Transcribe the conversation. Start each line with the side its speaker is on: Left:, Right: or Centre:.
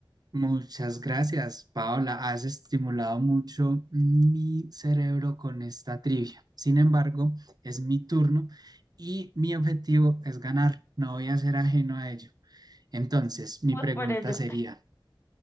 Right: muchas gracias, Paola. Has estimulado mucho mi cerebro con esta trivia. Sin embargo, es mi turno y mi objetivo es ganar. No voy a ser ajeno a ello. Entonces, mi
Left: Vamos
Right: pregunta
Left: por ello.
Right: sería,